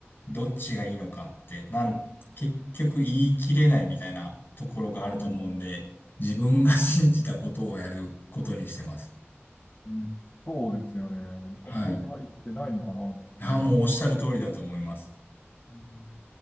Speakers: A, on the left; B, on the left.
A: どっちがいいのかって、なん、結局言い切れないみたいなところがあると思うんで、
B: うん、
A: 自分が信じたことをやることにしてます。
B: うんそうですよね。なんか正解ってないのかなっていう。
A: はい。ああ、もうおっしゃる通りだと思います。
B: うん